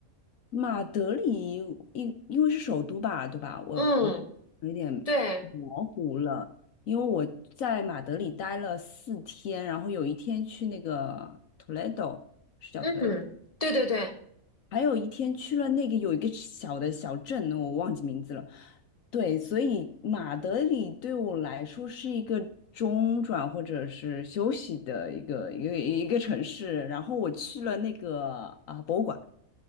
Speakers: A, on the left (about 70°); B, on the left (about 25°).
A: 马德里因因为是首都吧，对吧？我我有点
B: 嗯，对，
A: 模糊了，因为我在马德里待了四天，然后有一天去那个 Toledo，是叫
B: 嗯，
A: Toledo。
B: 对对对，
A: 还有一天去了那个有一个小的小镇，我忘记名字了。对，所以马德里对我来说是一个中转或者是休息的一个一个一个城市。然后我去了那个啊、博物馆，